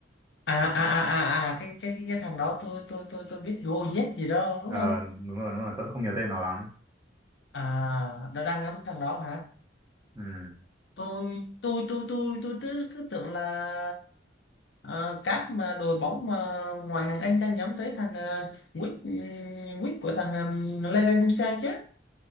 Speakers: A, on the left (about 70°); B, on the right (about 15°).
A: à à à à à cái cái cái thằng đó tôi tôi tôi tôi biết Gojek gì đó đúng
B: Ờ
A: không
B: đúng rồi đúng rồi tôi không nhớ tên nó lắm
A: à nó đang ngắm thằng đó hả
B: ừ
A: tôi tôi tôi tôi tôi cứ, cứ tưởng là ờ, các mà đội bóng mà ngoài hàng Anh đang nhắm tới thằng uh, Wick ừ, Wick của thằng um, Leverkusen chứ